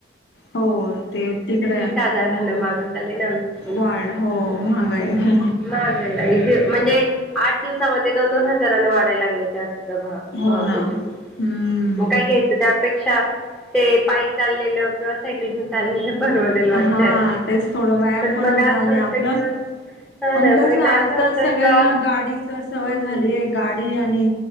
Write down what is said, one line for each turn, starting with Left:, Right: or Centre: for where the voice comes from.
Left: हो ते तिकड
Centre: हजारानं मागून चालले ना वीस
Left: वाढ हो महागाई ह हा
Centre: महागायला ईथे म्हणजे आठ दिवसामध्ये दोन दोन हजारांने वाढाय लागले त्या एकदा भाव
Left: हो
Centre: भाव
Left: ना
Centre: त्याच्या सुद्धा
Left: हम्म
Centre: मग काय घ्यायचं त्या तया पेक्षा ते पाय चाललेलं किंवा सायकल घेऊन चाललेलं परवडेल वाटतं
Left: हा आ तेच थोडं व्यायाम पण
Centre: मग
Left: होता
Centre: असं
Left: आणि
Centre: होतं
Left: आपलं
Centre: की मग हा
Left: पण
Centre: ना
Left: कस
Centre: मग ना
Left: आजकाल
Centre: असं होतं
Left: सगळ्यांना
Centre: जॉब
Left: गाडीच तर सवय
Centre: हम्म
Left: झालीय गाडी आणि